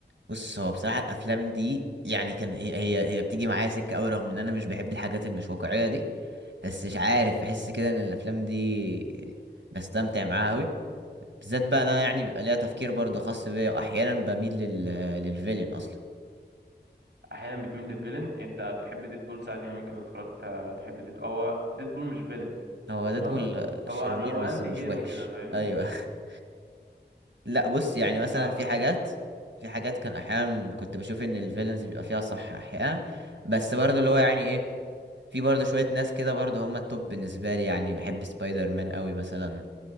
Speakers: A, on the right; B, on the right.
A: بص هو بصراحه الافلام دي يعني كان هي هي, هي بتيجي معايا سكه قوي رغم ان انا مش بحب الحاجات المش واقعيه دي بس مش عارف بحس كده ان الافلام دي بستمتع معاها قوي بالذات بقى انا يعني بيبقى ليها تفكير برضو خاص بيا واحيانا بميل لل للفيلين اصلا
B: احيانا بتميل للفيلن انت بتحب ديدبول ساعات يعني ممكن لو اتفرجت تحب ديدبول هو ديدبول مش فيلن
A: هو
B: تمام
A: ديدبول شرير
B: هو هو
A: بس
B: انتي
A: مش
B: هيرو
A: وحش
B: كده فاهمني
A: ايوه <laughs> لا بص يعني مثلا
B: فاهمك
A: في حاجات
B: أيوة.
A: في حاجات كان احيانا كنت بشوف ان الفيلنز بيبقى فيها صح احيانا بس برضو اللي هو يعني ايه في برضو شوية ناس كده برضو هم التوب بالنسبة لي يعني بحب سبايدر مان قوي مثلا